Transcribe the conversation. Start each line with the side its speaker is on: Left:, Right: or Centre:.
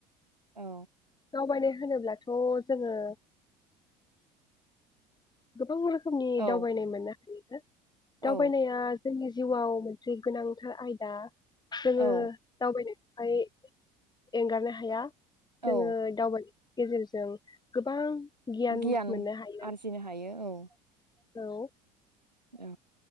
Right: औ।
Left: दावबायनाय होनोब्लाथ' जोङो। गोबां रोख खोमनि
Right: औ
Left: दावबायनाय मोननो हायो।
Right: औ
Left: दावबायनाया। जोंनि जिउआव मोनसे गोनांथार आयदा। जोङो
Right: औ
Left: दावबायनो हाय एंगारनो हाया। जोङो
Right: औ
Left: दावबाय गेजेरजों गोबां
Right: गियान
Left: मोननो हायो
Right: आरजिनो हायो औ। <unintelligible>
Left: औ
Right: औ